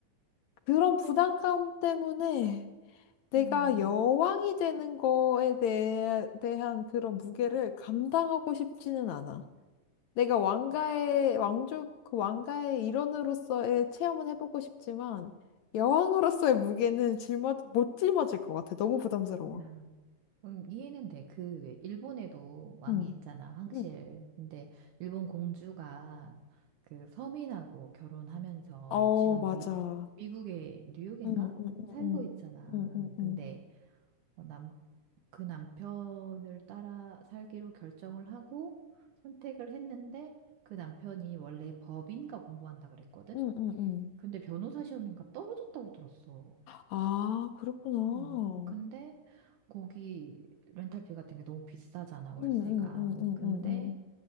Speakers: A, on the left (about 75°); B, on the right (about 75°).
A: 그런
B: 근데,
A: 부담감 때문에 내가
B: 음.
A: 여왕이 되는 거에 대해, 대한 그런 무게를 감당하고 싶지는 않아. 내가 왕가의 왕족 그 왕가의 일원으로서의 체험은 해보고 싶지만 여왕으로서의 무게는 짊어 못 짊어질 것 같아. 너무 부담스러워.
B: 야. 음, 이해는 돼. 그, 왜, 일본에도 왕이
A: 음.
B: 있잖아, 황실.
A: 응.
B: 근데 일본 공주가 그 서민하고 결혼하면서
A: 어,
B: 지금
A: 맞아.
B: 미, 미국의 뉴욕인가?
A: 응, 응,
B: 살고
A: 응,
B: 있잖아.
A: 응, 응,
B: 근데
A: 응,
B: 어, 남, 그 남편을 따라 살기로 결정을 하고 선택을 했는데 그 남편이 원래 법인가 공부한다 그랬거든?
A: 응, 응, 응.
B: 근데 변호사 시험인가 떨어졌다고 들었어.
A: 아, 그랬구나.
B: 음, 근데 거기 렌탈비 같은 게 너무 비싸잖아, 월세가.
A: 응, 응, 응, 응,
B: 근데
A: 응, 응.